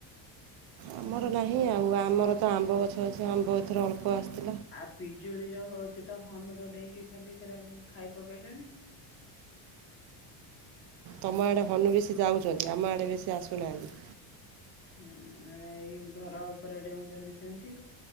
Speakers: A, on the right; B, on the left.
A: ଆମର ନାହିଁ ଆଉ ଆମର ତ ଆମ୍ବ ଗଛ ଅଛି। ଆମ୍ବ ଏଥର ଅଳ୍ପ ଆସି
B: ଆଉ ପିଜୁଳି ଯୋଉ ହୋଉଚି ତ ହନୁ ତ ଡେଇଁକି ଖାଲି ସେରାକୁ ଖାଇ ପକେଇଲେଣି।
A: ତମ ଆଡେ ହନୁ ବେଶୀ ଯାଉଚନ୍ତି ଆମ ଆଡେ ବେଶୀ ଆସୁନାହାନ୍ତି।
B: ହୁଁ ଏ ଏଇ ଘର ଉପରେ ଡେଉଚନ୍ତି ସେମିତି